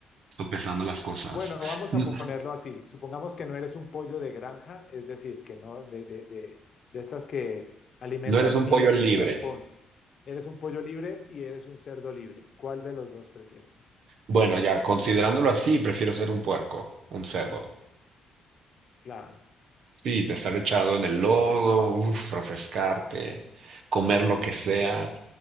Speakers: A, on the right; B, on the left.
A: estoy pensando las cosas.
B: Bueno, vamos
A: N-
B: a ponerlo así. Supongamos que no eres un pollo de granja, es decir, que no de, de, de, de estas que alimentan
A: No eres un
B: miles
A: pollo
B: en
A: libre.
B: un galpón. Eres un pollo libre y eres un cerdo libre. ¿Cuál de los dos prefieres ser?
A: Bueno, ya considerándolo así, prefiero ser un puerco, un cerdo.
B: Claro,
A: Sí, te estar echado en el lodo, uf, refrescarte, comer lo que sea.